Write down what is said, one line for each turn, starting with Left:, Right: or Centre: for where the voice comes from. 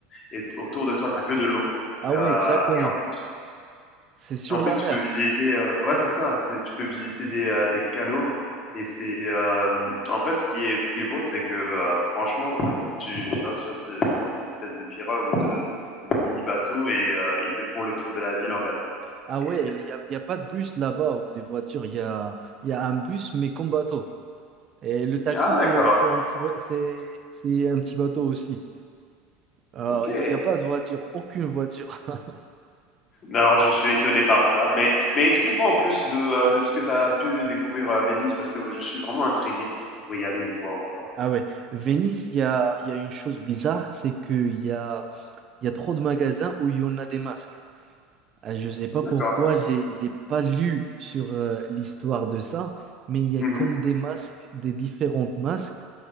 Left: et t- autour de toi t'as que de l'eau.
Right: Ah
Left: Euh,
Right: ouais, exactement.
Left: et en plus,
Right: C'est sur
Left: en
Right: la
Left: plus tu
Right: mer.
Left: peux visiter, euh, ouais c'est ça, tu tu peux visiter des, euh, des canaux et c'est euh, en fait ce qui est, ce qui est beau c'est que euh, franchement tu, tu vas sur ce- leurs espèces de pirogues ou de, de mini bateaux et euh, ils te font le tour de la ville en bateau.
Right: Ah
Left: Et-
Right: ouais, il n'y a, il y a pas de bus là-bas ou des voitures. Il y a, il y a un bus, mais comme bateau. Et le taxi,
Left: ah
Right: c'est
Left: d'accord,
Right: c'est un petit, ba- c'est c'est un petit bateau aussi. Euh,
Left: ok.
Right: Il n'y a pas de voiture, aucune voiture. <laughs>
Left: Alors, je suis étonné par ça. Mais, mais explique-moi en plus de, euh, de ce que tu as pu découvrir euh, à Venise, parce que je suis vraiment intrigué pour y aller une fois encore.
Right: Ah ouais, Venise, il y a, il y a une chose bizarre, c'est qu'il y a, il y a trop de magasins où il y en a des masques. Euh, Je ne sais pas
Left: D'accord.
Right: pourquoi, j'ai, j'ai pas lu sur euh, l'histoire de ça, mais il y a
Left: Mhm,
Right: comme des masques, des différentes masques.